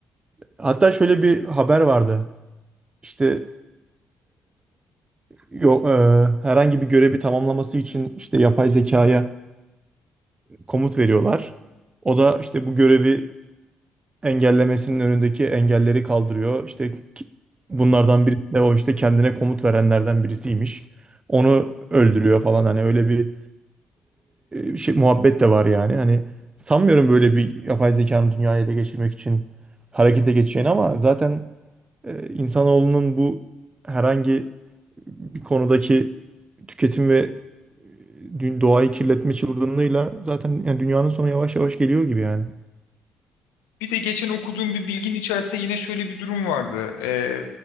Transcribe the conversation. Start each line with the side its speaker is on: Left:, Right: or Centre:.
Right: hatta şöyle bir haber vardı. İşte yok herhangi bir görevi tamamlaması için işte yapay zekaya komut veriyorlar. O da işte bu görevi engellemesinin önündeki engelleri kaldırıyor. İşte ki- bunlardan birisi de o işte kendine komut verenlerden birisiymiş. Onu öldürüyor falan hani öyle bir e, şey muhabbet de var yani. Hani sanmıyorum böyle bir yapay zekanın dünyayı ele geçirmek için harekete geçeceğini ama zaten e, insanoğlunun bu herhangi bir konudaki tüketim ve dü- doğayı kirletme çılgınlığıyla zaten yani dünyanın sonu yavaş yavaş geliyor gibi yani.
Left: Bir de geçen okuduğum bir bilgin içerisinde yine şöyle bir durum vardı. Ee,